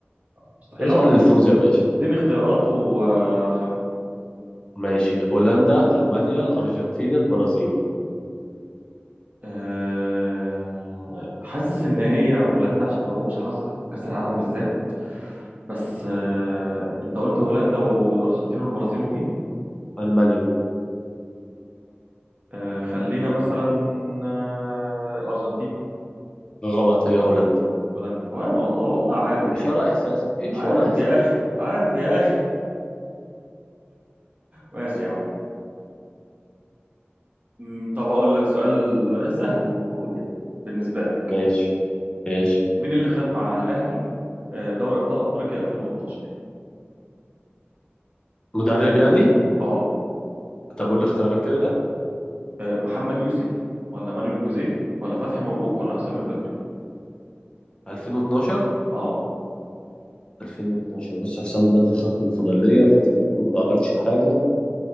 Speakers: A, on the right; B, on the left.
A: مستحيل
B: ده
A: اعرف
B: سؤال الفوز يا باشا
A: اديني اختيارات وخم
B: ماشي هولندا ألمانيا الأرجنتين البرازيل
A: أه... حاسس ان هي هولندا عشان ما لهمش حظ في كأس العالم بالذات بس أه... انت قلت هولندا والارجنتين والبرازيل ومين
B: ألمانيا
A: آه خلينا مثلا آه الأرجنتين
B: غلط هي هولندا
A: هولندا وا- والله والله عارف
B: امشي
A: يا أخي
B: ورا إحساسك امشي
A: عارف
B: ورا إحساسك
A: يا أخي عارف يا أخي ماشي يا عم مم، طب أقول لك سؤال سهل المفروض يعني بالنسبة لك
B: ماشي ماشي
A: مين اللي خد مع الأهلي آه، دوري أبطال أفريقيا 2012
B: مدرب يعني
A: اه
B: طب قول لي اختيارات كده
A: آه، محمد يوسف ولا مانويل جوزيه ولا فتحي مبروك ولا حسام البدري
B: 2012
A: اه
B: 2012 بص حسام بدري خد الكونفدرالية فتحي مبروك ما عملش حاجة